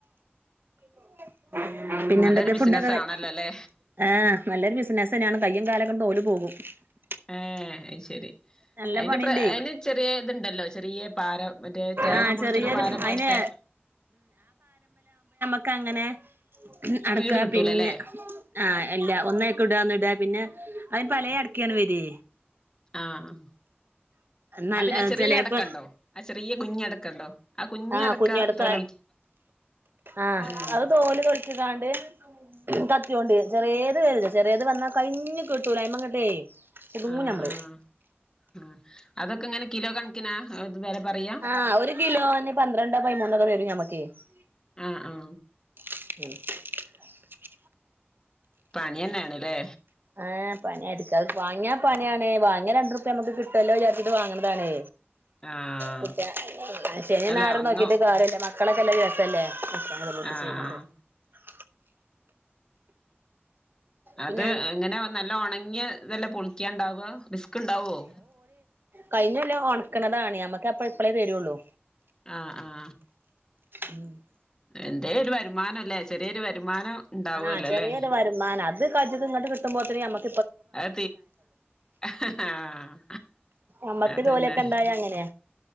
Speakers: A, on the right (about 55°); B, on the left (about 15°).
A: <unintelligible> പിന്നെ
B: നല്ലൊരു
A: എന്തൊക്കെ
B: ബിസിനസ്
A: ഫുഡൊക്കെ കഴി
B: ആണല്ലോ അല്ലേ
A: ഏഹ് നല്ലൊരു ബിസിനസ്സ് തന്നെയാണ് കയ്യും കാലൊക്കെ തോല് പോകും <unintelligible>
B: ഏ അയ് ശരി
A: നല്ല
B: അതിന്
A: പണിണ്ടേ
B: പ്ര അതിന് ചെറിയ ഇതുണ്ടല്ലോ ചെറിയ പാര മറ്റേ തേങ്ങ
A: ആഹ്
B: പൊളിക്കണ
A: ചെറിയൊരു
B: പാര പോലത്തെ
A: അയിന് ക്ക അങ്ങനെ
B: സ്പീഡ്
A: അടക്കാ
B: കിട്ടൂലല്ലേ
A: പിന്നെ ആഹ് എല്ല ഒനൈക്ക് ഇട ഇട പിന്നെ അതിന് പല അടക്കാണ് വരേ
B: ആ ഹാ
A: നല്ല
B: ആ പിന്നെ ചെറിയ
A: ചെലേപ്പ
B: അടക്കണ്ടോ ആ ചെറിയ കുഞ്ഞടക്കണ്ടോ ആ കുഞ്ഞടക്ക
A: ആഹ കുഞ്ഞി അടക്കാ
B: തോലൊളിക്ക
A: ആഹ
B: ആഹ്
A: അത് തോല് പൊ ത്ത് കാണ്ട് കത്തി യോണ്ട് ചെറിയത് വരുല്ല ചെറിയത് വന്നാൽ കഴിഞ്ഞ് കിട്ടൂല ഐമെങ്ങട്ട് കുടു ങ്ങും
B: ആഹ്
A: ഞമ്മള്
B: ആഹ് ആഹ് അതൊക്കെ ഇങ്ങനെ കിലോ കണക്കിനാ വെല പറയാ
A: ആ ഒരു കിലോന് പന്ത്രണ്ടോ പൈമൂന്നോക്കെ വരും ഞമ്മക്ക് ഓക്കെ
B: ആഹ ആഹ
A: ഉ <inaudible>
B: പണിയെന്നെണ് ല്ലേ
A: ആഏ പണിയിരിക്കാ വാങ്ങാ പണിയാണ് അങ്ങന രണ്ട് ഉർപ്യ ഞമ്മക്ക് കിട്ടല്ലോ ന്ന് വിചാരിച്ചിട്ട് വാങ്ങണ്
B: ആഹ്
A: കുട്ട ശനി
B: അല്ല
A: ഞായറും
B: ഒന്നു
A: നോക്കിട്ട് കാര്യല്ല മ മക്കളക്കെല്ലാം ചെറുതല്ല തല ഒട്ട
B: ആഹ്
A: ചെയ്യണ്ട് <unintelligible>
B: അത്
A: പിന്നെ
B: എങ്ങനെ നല്ല ഉണങ്ങിയ ഇതെല്ലാം പുളിക്കണ്ടാവുക റിസ്ക് ഉണ്ടാവുവോ
A: കഴിഞ്ഞല്ലം ഉണക്കണതാണ് നമ്മക്ക് അപ്പ ഇപ്പഴേ തരുള്ളൂ
B: ആഹ ആഹ
A: ഉം <inaudible>
B: എന്ത ഒരു വരുമാനം അല്ലേ ചെറിയൊരു വരുമാനം ഇണ്ടാവല്ലോല്ലേ
A: ആഹ ചെറിയൊരു വരുമാനം അത് കജന്ന് ഇങ്ങട്ട് കിട്ടുമ്പോത്തിനു ഞമ്മക്ക്
B: അ ആഹ
A: നമ്മക്ക്
B: അതന്നെ
A: ജോലിയൊക്കെ ഇണ്ടായ അങ്ങനെ